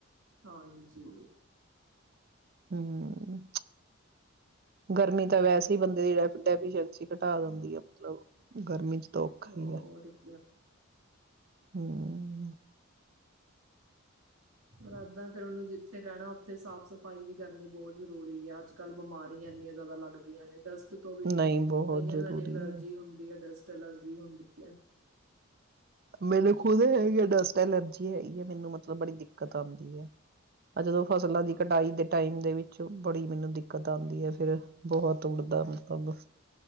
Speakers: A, on the right; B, on the right.
A: ਹਾਂਜੀ
B: ਹਮ ਗਰਮੀ ਤਾਂ ਵੈਸੇ ਹੀ ਬੰਦੇ ਦੀ ਜਿਹ ਡੈਫੀਸੀ ਘਟਾ ਦਿੰਦੀ ਆ ਮਤਲਬ ਗਰਮੀ ਚ ਤਾਂ ਔਖਾ
A: ਹੋਕ
B: ਹੀ ਆ ਹਮ
A: ਇਏਦਾਂ ਫਿਰ ਉਹਨੂੰ ਜਿੱਥੇ ਰਹਿਣਾ ਉੱਥੇ ਸਾਫ਼ ਸਫ਼ਾਈ ਵੀ ਕਰਨੀ ਬਹੁਤ ਜਰੂਰੀ ਹੈ ਅੱਜ ਕੱਲ੍ਹ ਬਿਮਾਰੀਆਂ ਇੰਨੀਆਂ ਜ਼ਿਆਦਾ ਲੱਗਦੀਆਂ ਨੇ ਡਸ ਤੋਂ ਵੀ
B: ਨਹੀਂ ਬਹੁਤ
A: ਕਈਆਂ
B: ਜ਼ਰੂਰੀ
A: ਨੂੰ ਇੰਨੀ ਅਲਰਜੀ
B: ਹੈ
A: ਹੁੰਦੀ ਹੈ ਡਸਟ ਐਲਰਜੀ ਹੁੰਦੀ ਹੈ
B: ਮੈਨੂੰ ਖੁਦ ਹੈ ਡਸਟ ਐਲਰਜੀ ਹੈਗੀ ਹੈ ਮੈਨੂੰ ਮਤਲਬ ਬੜੀ ਦਿੱਕਤ ਆਉਂਦੀ ਹੈ ਆ ਜਦੋਂ ਫਸਲਾਂ
A: ਹਾਂ
B: ਦੀ ਕਟਾਈ ਦੇ ਟਾਈਮ ਦੇ ਵਿੱਚ ਬੜੀ ਮੈਨੂੰ ਦਿੱਕਤ ਆਉਂਦੀ ਹੈ ਫਿਰ ਬਹੁਤ ਉੱਡਦਾ ਮਤਲਬ